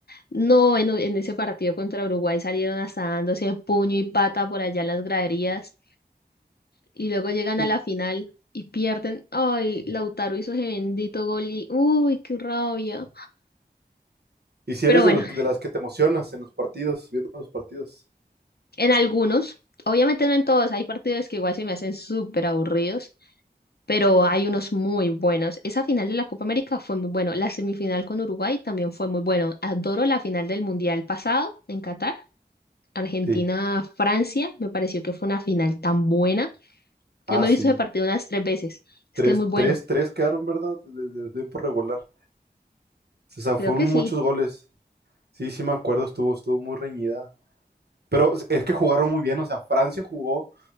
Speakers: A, on the left; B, on the right.
A: No, en, en ese partido contra Uruguay salieron hasta dándose puño y pata por allá en las graderías. y luego llegan
B: Y,
A: a la final y pierden. Ay, Lautaro hizo ese bendito gol y uy, qué rabia.
B: y si
A: Pero
B: eres
A: bueno,
B: de los, de las que te emocionas en los partidos, viendo los partidos.
A: en algunos, obviamente no en todos, hay partidos que igual se me hacen súper aburridos, pero hay unos muy buenos. Esa final de la Copa América fue muy bueno, la semifinal con Uruguay también fue muy bueno. Adoro la final del Mundial pasado en Qatar. Argentina-Francia,
B: Sí.
A: me pareció que fue una final tan buena.
B: Ah,
A: Yo me
B: sí.
A: he visto ese partido unas tres veces. Es
B: Tres,
A: que es muy bueno.
B: tres, tres quedaron, ¿verdad? De, de- de tiempo regular. O sea,
A: Creo
B: fueron
A: que
B: muchos
A: sí.
B: goles. Sí, sí me acuerdo, estuvo, estuvo muy reñida. Pero es es que jugaron muy bien, o sea, Francia jugó